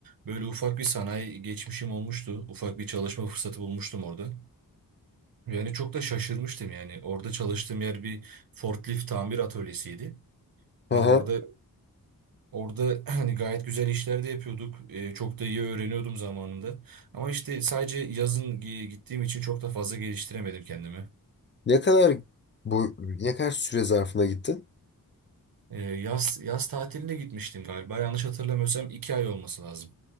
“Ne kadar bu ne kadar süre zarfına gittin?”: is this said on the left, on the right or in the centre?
Left